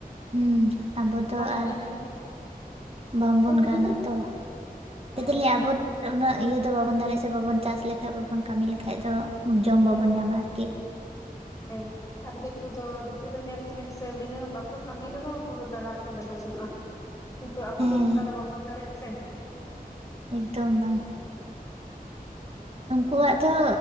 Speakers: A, on the right (about 40°); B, on the left (about 20°).
A: ᱦᱮᱸ ᱟᱵᱚ ᱫᱚ
B: ᱢᱟᱱᱮ
A: ᱟᱨ
B: ᱧᱮᱞ ᱵᱤᱱ
A: ᱵᱟᱝᱵᱚᱱ
B: ᱪᱮᱫ ᱵᱤᱱ
A: ᱜᱟᱱᱟ
B: ᱞᱟᱹᱭᱫᱟ
A: ᱛᱚ
B: ᱦᱮᱸ
A: ᱫᱮᱫ ᱞᱤᱧ
B: ᱦᱮᱸ
A: ᱟᱵᱚ ᱟᱨ ᱩᱱᱟᱹᱜ ᱤᱭᱟᱹ ᱫᱚ ᱵᱟᱵᱚᱱ ᱫᱟᱲᱮᱭᱟᱜᱼᱟ ᱥᱮ ᱵᱟᱵᱚᱱ ᱪᱟᱥ ᱞᱮᱠᱷᱟᱡ ᱵᱟᱵᱚᱱ ᱠᱟᱹᱢᱤ ᱞᱮᱠᱷᱟᱡ ᱫᱚ ᱡᱚᱢ ᱵᱟᱵᱚᱱ
B: ᱦᱩᱸ
A: ᱧᱟᱢᱟ
B: ᱦᱩᱸ ᱦᱮᱸ
A: ᱟᱨᱠᱤ
B: ᱦᱮᱸ ᱟᱨ ᱫᱤᱠᱩ ᱫᱚ ᱫᱤᱠᱩ ᱫᱚ ᱧᱮᱞ ᱠᱚᱵᱤᱱ ᱥᱮ ᱵᱤᱱᱟᱹ ᱵᱟᱠᱚ ᱠᱟᱹᱢᱤ ᱨᱮᱦᱚᱸ ᱯᱩᱨᱟᱹ ᱫᱟᱬᱟᱱ ᱠᱚ ᱵᱮᱱᱟᱣ ᱡᱚᱱᱚᱜᱼᱟ ᱠᱤᱱᱛᱩ ᱟᱵᱚ
A: ᱦᱮᱸ
B: ᱫᱚ ᱚᱱᱠᱟ ᱫᱚ ᱵᱟᱵᱚᱱ ᱫᱟᱲᱮᱭᱟᱜᱼᱟ ᱥᱮ
A: ᱮᱠᱫᱚᱢ ᱵᱟᱝ ᱩᱱᱠᱩᱣᱟᱜ ᱫᱚ